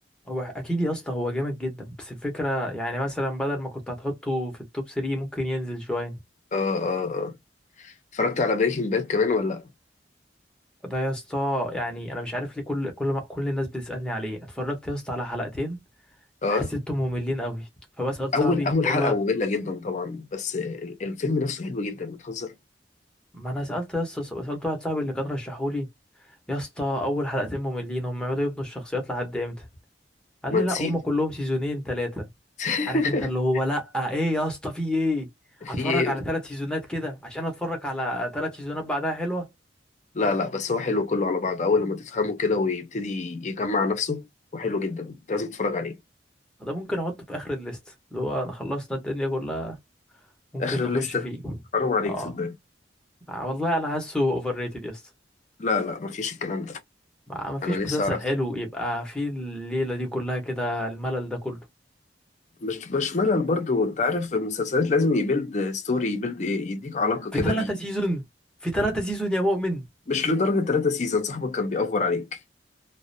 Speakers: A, in the centre; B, on the left.
A: هو اكيد يا اسطى هو جامد جدا بس الفكره يعني مثلا بدل ما كنت هتحطه في التوب 3 ممكن ينزل شويه
B: اه اه اه اتفرجت على بريكنج باد كمان ولا لأ؟
A: ده يا اسطى يعني انا مش عارف ليه كل كل ما كل الناس بتسالني عليه اتفرجت يا اسطى على حلقتين
B: آه.
A: حسيتهم مملين قوي فبسال
B: اول
A: صاحبي
B: اول
A: بقول
B: حلقه
A: له
B: ممله جدا طبعا بس ال- الفيلم نفسه حلو جدا بتهزر
A: ما انا سالت يا اسطى سالت واحد صاحبي اللي كان رشحولي يا اسطى اول حلقتين مملين هم يقعدوا يبنوا الشخصيات لحد امتى قال
B: ما
A: لي
B: تسيب
A: لا هم كلهم سيزونين ثلاثه
B: <laughs>
A: عارف انت اللي هو لا ايه يا اسطى في ايه
B: في
A: هتفرج
B: إيه؟
A: على ثلاث سيزونات كده عشان اتفرج على ثلاث سيزونات بعدها حلوه
B: لا لا بس هو حلو كله على بعضه اول لما تفهمه كده ويبتدي يجمع نفسه وحلو جدا انت لازم تتفرج عليه
A: ده ممكن احطه في اخر الليست اللي هو انا خلصنا الدنيا كلها ممكن
B: اخر
A: نخش
B: الليسته
A: فيه
B: حرام عليك
A: اه
B: صدقني
A: آه، والله انا حاسه اوفر ريتد يا اسطى
B: لا لا مفيش الكلام ده
A: ما ما فيش
B: انا نفسي
A: مسلسل
B: اعرف
A: حلو يبقى فيه الليله دي كلها كده الملل ده كله
B: مش مش ملل برضه انت عارف المسلسلات لازم يبيلد ستوري يبيلد يديك علاقه كده
A: في ثلاثة
B: بيه
A: سيزون في ثلاثة سيزون يا مؤمن
B: مش لدرجه ثلاثة سيزون صاحبك كان بيأفور عليك